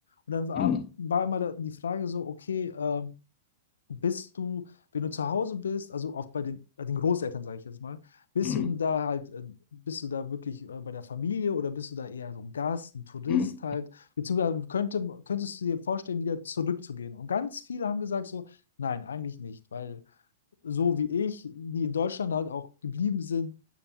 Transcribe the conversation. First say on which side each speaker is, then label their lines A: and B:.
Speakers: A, on the left; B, on the left.
A: Und dann war,
B: mh,
A: war immer da- die Frage so, okay, äh, bist du, wenn du zu Hause bist, also oft bei den, bei den Großeltern, sage ich jetzt mal, bist
B: mh,
A: du denn da halt, äh, bist du da wirklich äh, bei der Familie oder bist du da eher so ein Gast, ein Tourist
B: mh.
A: halt? Beziehungsweise könnte, könntest du dir vorstellen, wieder zurückzugehen? Und ganz viele haben gesagt so, nein, eigentlich nicht, weil so wie ich, die in Deutschland halt auch geblieben sind,